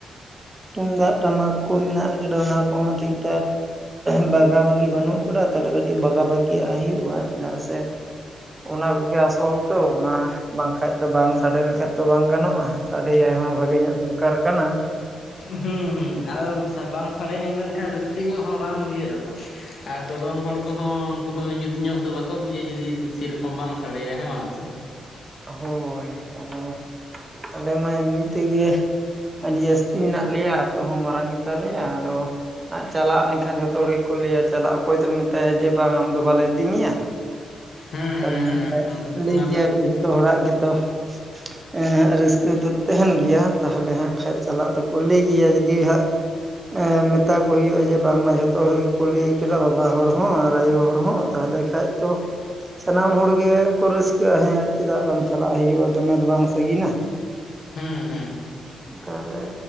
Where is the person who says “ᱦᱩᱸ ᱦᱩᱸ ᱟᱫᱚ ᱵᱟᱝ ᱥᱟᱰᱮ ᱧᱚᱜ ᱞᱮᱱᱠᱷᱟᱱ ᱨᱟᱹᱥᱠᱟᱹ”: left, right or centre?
Left